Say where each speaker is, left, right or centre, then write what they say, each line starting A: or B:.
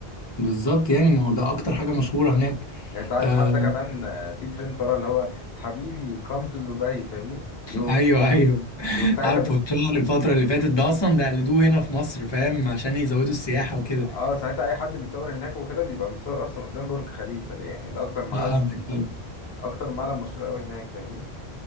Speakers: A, on the left; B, on the left.
A: بالظبط يعني ما هو ده اكتر حاجة مشهورة هناك
B: يعني انت عارف
A: آه
B: حتى كمان في ترند طالع اللي هو حبيبي come to دبي فاهمني بيبقوا
A: ايوه ايوه <laughs>
B: بيبقوا ساعتها
A: عارفه الشهر الفترة اللي فاتت ده اصلا ده قلدوه هنا في مصر فاهم عشان يزودوا السياحة وكده
B: اه ساعتها اي حد بيتصور هناك وكده بيبقى متصور اصلا قدام برج خليفه ده يعني ده اكتر معلم
A: فاهمك فاهمك
B: اكتر معلم مشهور قوي هناك فاهمني